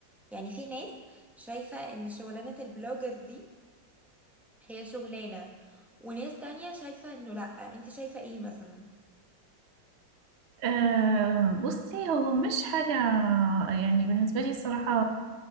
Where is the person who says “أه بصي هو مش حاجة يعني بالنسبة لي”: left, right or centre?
Right